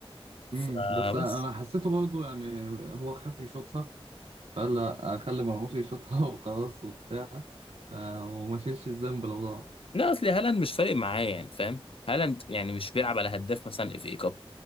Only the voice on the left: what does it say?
فبس
لا اصل هالاند مش فارق معاه يعني فاهم هالاند يعني مش بيلعب على هداف مثلا اف اي كاب